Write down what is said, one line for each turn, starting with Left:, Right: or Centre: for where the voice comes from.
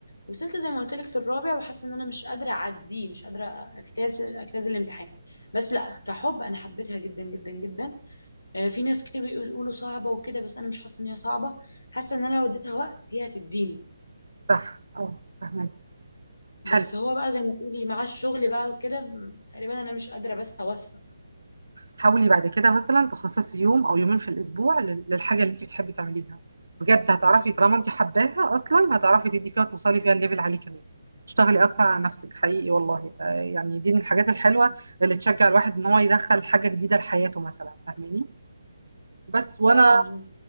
Left: وصلت زي ما قلت لك في الرابع وحاسه ان انا مش قادره اعديه مش قادره اجتاز اجتاز الامتحان بس لا كحب انا حبيتها جدا جدا جدا آه، في ناس كتير بيقول- بيقولوا صعبه وكده بس انا مش حاسه ان هي صعبه حاسه ان انا لو اديتها وقت هي هتديني
Right: صح اه فاهمة
Left: بس
Right: حلو
Left: هو بقى زي ما تقولي مع الشغل بقى وكده م- تقريبا انا مش قادره بس اوفق
Right: حاولي بعد كده مثلا تخصصي يوم او يومين في الاسبوع لل- للحاجه اللي انت بتحبي تعمليها بجد هتعرفي طالما انت حباها اصلا هتعرفي تدي فيها وتوصلي فيها الليفل عالي كمان اشتغلي اكتر على نفسك حقيقي والله آه، يعني دي من الحاجات الحلوه اللي تشجع الواحد ان هو يدخل حاجه جديده لحياته مثلا فاهماني بس وانا
Left: اه فاهمه